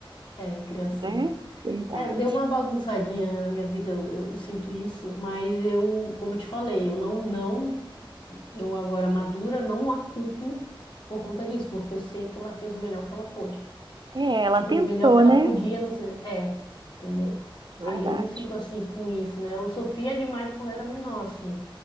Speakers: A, on the left; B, on the right.
A: É, criação.
B: né? Verdade.
A: É, deu uma bagunçadinha, né, na minha vida, eu, eu- eu sinto isso, mas eu, como eu te falei, eu não, não Eu agora, madura, não a culpo por conta disso, porque eu sei que ela fez o melhor que ela pôde.
B: É, ela
A: Tipo,
B: tentou,
A: o melhor que ela
B: né?
A: podia, não sei. É, entendeu?
B: Verdade.
A: Aí eu não fico assim com isso, né? Eu sofria demais quando era menor, assim,